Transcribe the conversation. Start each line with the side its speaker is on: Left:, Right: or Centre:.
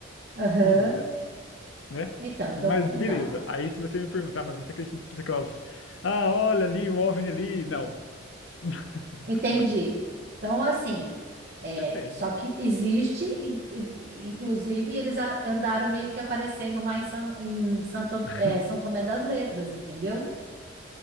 Right: aham.
Left: com vida, né?
Right: Então, então,
Left: Mas beleza.
Right: então.
Left: Aí se você me perguntar, mas você acredita em todas aquelas, ah, olha ali, o OVNI ali. Não. <laughs>
Right: Entendi.
Left: Não,
Right: Então, assim, é,
Left: depende.
Right: só que existe, in- in- inclusive, eles a- andaram meio que aparecendo lá em, San, em Santo, An-
Left: <laughs>
Right: é, São Tomé das Letras, entendeu?